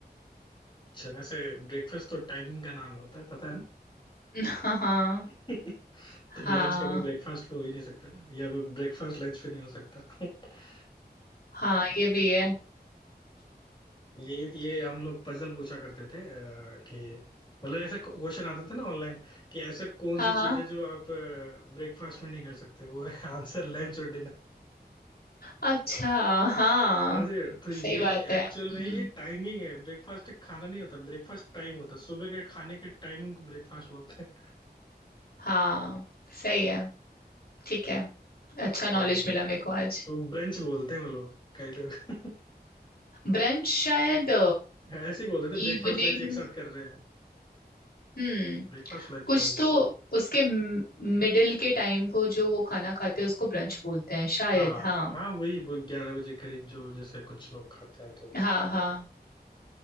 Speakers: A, on the left; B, on the left.
A: अच्छा वैसे ब्रेकफास्ट तो टाइमिंग का नाम होता है पता है ना
B: हाँ हाँ
A: <laughs> तो लंच
B: हाँ
A: कभी ब्रेकफास्ट पे हो ही नहीं सकता ना या ब्रेकफास्ट लंच पे नहीं हो सकता <laughs> वो
B: हाँ ये भी है
A: ये ये हम लोग पजल पूछा करते थे अ, कि मतलब ऐसे क्वेश्चन आते थे ना ऑनलाइन कि ऐसे कौन
B: हाँ
A: सी
B: हाँ
A: चीज है जो आप ब्रेकफास्ट में नहीं कर सकते वो है <laughs> आंसर लंच और
B: अच्छा हाँ
A: समझ रहे हो तो ये
B: सही बात है
A: एक्चुअल
B: हम्म,
A: में ये टाइमिंग है ब्रेकफास्ट खाना नहीं होता ब्रेकफास्ट टाइम होता है सुबह के खाने के टाइमिंग को ब्रेकफास्ट बोलते हैं
B: हाँ सही है ठीक है अच्छा नॉलेज
A: तो,
B: मिला मेरे को आज
A: तो ब्रंच बोलते हैं वो लोग कई लोग
B: ब्रंच शायद
A: ऐसे ही बोलते थे ब्रेकफास्ट
B: इवनिंग
A: लंच एक साथ कर रहे हैं
B: हम्म
A: Breakfast lunch
B: कुछ
A: brunch
B: तो उसके मिडिल के टाइम को जो वो खाना खाते हैं उसको ब्रंच बोलते हैं शायद
A: हाँ
B: हाँ
A: हाँ वही वो ग्यारह बजे करीब जो जैसे कुछ लोग खाते हैं तो
B: हाँ हाँ